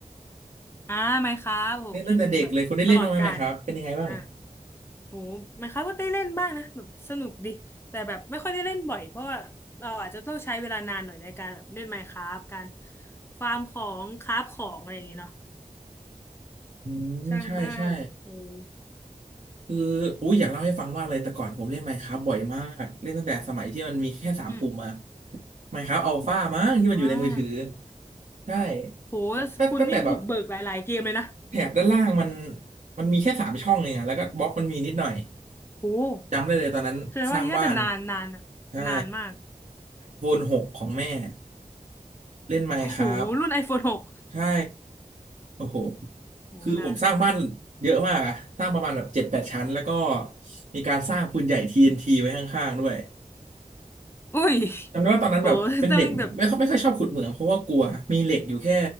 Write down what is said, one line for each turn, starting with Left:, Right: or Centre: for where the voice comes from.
Left: อ่าไหมครับโหเกมแบบตลอดกาล
Right: เล่นตั้งแต่เด็กเลยคุณได้เล่นบ้างไหม Minecraft เป็นยังไงบ้าง
Left: อ่า โหหมายความว่าได้เล่นบ้างนะแบบสนุกดีแต่แบบไม่ค่อยได้เล่นบ่อยเพราะว่าเราอาจจะต้องใช้เวลานานหน่อยในการแบบเล่น Minecraft การฟาร์มของคราฟของอะไรอย่างเงี้ยเนาะ
Right: อืมใช่ใช่
Left: สร้างบ้านเออ
Right: คืออุ้ยอยากเล่าให้ฟังมากเลยแต่ก่อนผมเล่น Minecraft บ่อยมากเล่นตั้งแต่สมัยที่มันมีแค่สามปุ่มอะ
Left: อืม
Right: Minecraft Alpha มั้งที่มันอยู่ในมือถือ
Left: อ่า
Right: ใช่
Left: โห
Right: ตั้งตั้งแต่แบบ
Left: คุณนี่บุกเบิกหลายๆเกมเลยนะ
Right: แถบด้านล่างมันมันมีแค่สามช่องเองอะแล้วก็บล็อกมันมีนิดหน่อย
Left: โห
Right: จำได้เลยตอนนั้นสร้างบ้าน
Left: แสดงว่านี้น่าจะนานนานอะนานมาก
Right: ใช่ iPhone 6ของแม่เล่น Minecraft
Left: โหรุ่น iPhone 6
Right: ใช่โอ้โห
Left: โฟนหกโหนานนาน
Right: คือผมสร้างบ้านเยอะมากอะสร้างประมาณแบบเจ็ดแปดชั้นแล้วก็มีการสร้างปืนใหญ่ TNT ไว้ข้างๆด้วย
Left: อุ้ย
Right: จำได้ว่าตอนนั้นแบบเป็นเด็กไม่ค่อยไม่ค่อยชอบขุดเหมืองเพราะว่ากลัว
Left: โหต้องแบบ
Right: มีเหล็กอยู่แค่